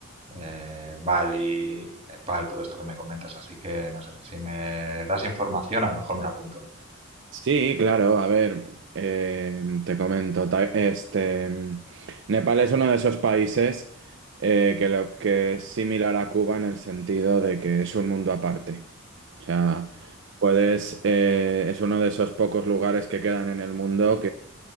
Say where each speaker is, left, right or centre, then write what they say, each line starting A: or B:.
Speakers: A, on the right; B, on the right.
A: eh, Bali, Nepal, todo esto que me comentas. Así que, no sé, si me das información, a lo mejor me la apunto.
B: Sí, claro, a ver, eh, te comento, ta- este, mm, Nepal es uno de esos países eh, que lo que es similar a Cuba en el sentido de que es un mundo aparte. O sea, puedes, eh, es uno de esos pocos lugares que quedan en el mundo